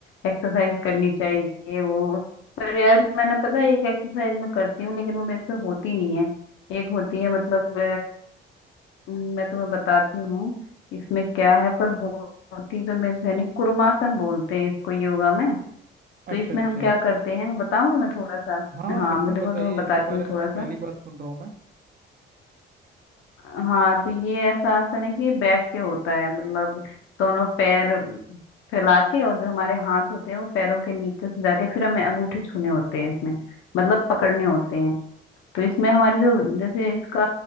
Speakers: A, on the left; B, on the right.
A: एक्सरसाइज करनी चाहिए वो पर यार मैंने पता है एक एक्सरसाइज मैं करती हूँ लेकिन वो मेरे से होती नहीं है एक होती है मतलब मैं तुम्हें बताती हूँ इसमें क्या है पर हो- होती तो मेरे से नहीं कुरुमासन बोलते हैं इसको योगा में तो
B: अच्छा
A: इसमें
B: अच्छा
A: हम क्या करते हैं मैं बताऊँ तुम्हें थोड़ा सा
B: हाँ
A: हाँ
B: बिल्कुल
A: मैं देखो
B: बताइए
A: तुम्हें बताती
B: इसके बारे
A: हूँ
B: में
A: थोड़ा
B: तो
A: सा
B: पहली बार सुन रहा हूँ मैं
A: हाँ तो ये ऐसा आसन है कि ये बैठ के होता है मतलब दोनों पैर फैला के और जो हमारे हाथ होते हैं वो पैरों के नीचे से जाके फिर हमें अंगूठे छूने होते हैं इसमें मतलब पकड़ने होते हैं तो इसमें हमारी जो जैसे इसका